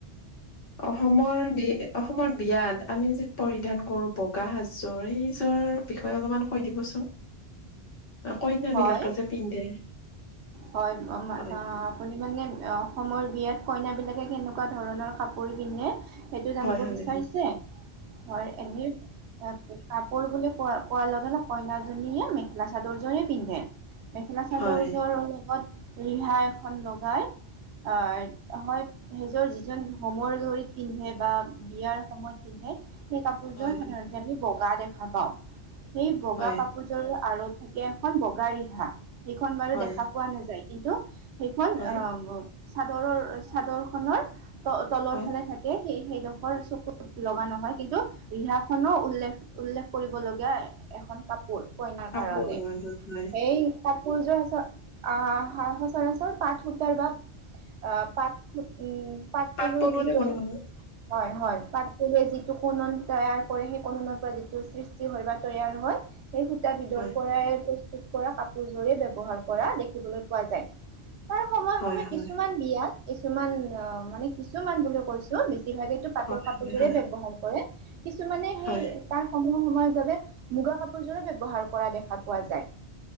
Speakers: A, on the left; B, on the right.
A: অসমৰ বি অসমৰ বিয়াত আমি যি পৰিধান কৰো বগা সাজ সেই বিষয়ে অলপমান কৈ দিবচোন কইনা
B: হয়
A: বিলাকে যে পিন্ধে
B: হয়
A: হয়
B: আপুনি মানে অসমৰ বিয়াত কইনা বিলাকে কেনেকুৱা ধৰণৰ কাপোৰ পিন্ধে সেইটো জানিব
A: হয় হয়
B: বিচাৰিছে হয় এনেই কাপোৰ বুলি কোৱা কোৱা লগে ন কইনাজনীয়ে মেখেলা চাদৰ জোৰে পিন্ধে মেখেলা চাদৰ
A: হয়
B: জোৰ অলপ লগত ৰিহা এখন লগাই আহ
A: হয়
B: হয় সেইজৰ যিজন হোমৰ গৰিত পিন্ধে বা বিয়াৰ সময়ত পিন্ধে সেই কাপোৰযোৰ
A: হয়
B: সাধাৰণতে আমি বগা দেখা পাওঁ। সেই বগা
A: হয়
B: কাপোৰযোৰ আৰু থাকে এখন বগা ৰিহা সেইখন বাৰু
A: হয়
B: দেখা পোৱা নাযায় কিন্তু সেইখন
A: হয়
B: আহ চাদৰৰ চাদৰ খনৰ ত তলৰ
A: হয়।
B: ফালে থাকে সেইডোখৰ চকুত লগা নহয় কিন্তু ৰিহা খনো উল্লেখ উল্লেখ কৰিব লগীয়া এখন কাপোৰ কইনাৰ
A: কাপোৰ
B: কাৰণে
A: হয় হয় হয়
B: সেই কাপোৰযোৰ আছে আহ সচৰাচৰ পাত সূতাৰ বা আহ পাত উম পাত
A: পাট
B: পুলুৰ
A: পলুৰে
B: যিটো
A: বনোৱা হয়
B: হয় হয় পাট পুলুৱে যিটো টো কনন তৈয়াৰ কৰে সেই কননৰ পৰা যিটো সৃষ্টি হয় বা তৈয়াৰ হয় সেই সূতাবিধৰ
A: হয়
B: পৰাই প্ৰস্তুত কৰা কাপোৰযোৰে ব্যৱহাৰ কৰা দেখিবলৈ পোৱা যায় তাৰ সময়ে
A: হয়
B: সময়ে
A: হয়
B: কিছুমান বিয়াত কিছুমান অ' মানে কিছুমান বুলি কৈছো বেছি ইভাগেটো পাটৰ
A: হয়
B: কাপোৰজোৰে
A: হয় হয়
B: ব্যৱহাৰ কৰে কিছুমানে হেই
A: হয়
B: তাৰ সলনি সময় বাবে মুগা কাপোৰযোৰো ব্যৱহাৰ কৰা দেখা পোৱা যায়